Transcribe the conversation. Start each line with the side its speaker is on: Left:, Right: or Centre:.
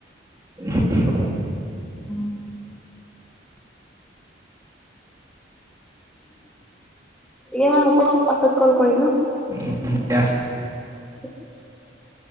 Right: <inaudible>
Centre: <inaudible> দিয়া হ'ব পাছত কল কৰিম ন।
Right: উ- দি।
Centre: <inaudible>